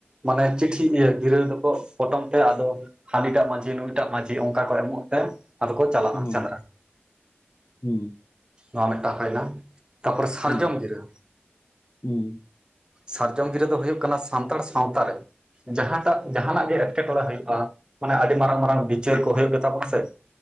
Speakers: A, on the right; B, on the left.
A: ᱢᱟᱱᱮ ᱪᱤᱴᱷᱤ, ᱤᱭᱟᱹ ᱜᱤᱨᱟᱹ ᱫᱚᱠᱚ ᱯᱚᱴᱚᱢ ᱛᱮ ᱟᱫᱚ ᱦᱟᱹᱱᱤᱴᱟᱜ ᱢᱟᱺᱡᱷᱤ ᱱᱩᱭᱴᱟᱜ ᱢᱟᱺᱡᱷᱤ ᱚᱱᱠᱟ ᱠᱚ ᱮᱢᱚᱜ ᱛᱮ ᱾ ᱟᱫᱚ ᱠᱚ ᱪᱟᱞᱟᱜᱼᱟ
B: ᱦᱩᱸ
A: ᱥᱮᱸᱫᱽᱨᱟ
B: ᱦᱩᱸ
A: ᱱᱚᱣᱟ ᱢᱤᱫᱴᱟᱝ ᱯᱷᱟᱭᱫᱟ ᱾ ᱛᱟᱯᱚᱨᱮ ᱥᱟᱨᱡᱚᱢ
B: ᱦᱩᱸ
A: ᱜᱤᱨᱟᱹ
B: ᱦᱩᱸ
A: ᱥᱟᱨᱡᱚᱢ ᱜᱤᱨᱟᱹ ᱫᱚ ᱦᱩᱭᱩᱜ ᱠᱟᱱᱟ ᱥᱟᱱᱛᱟᱲ ᱥᱟᱶᱛᱟ ᱨᱮ ᱡᱟᱦᱟᱸᱴᱟᱜ ᱡᱟᱦᱟᱱᱟᱜ ᱜᱮ ᱮᱴᱠᱮᱴᱚᱬᱮ ᱦᱩᱭᱩᱜ-ᱟ ᱢᱟᱱᱮ ᱟᱹᱰᱤ ᱢᱟᱨᱟᱝ ᱢᱟᱨᱟᱝ ᱵᱤᱪᱟᱹᱨ ᱠᱚ ᱦᱩᱭᱩᱜ ᱜᱮᱛᱟ ᱵᱚᱱᱟ ᱥᱮ ᱾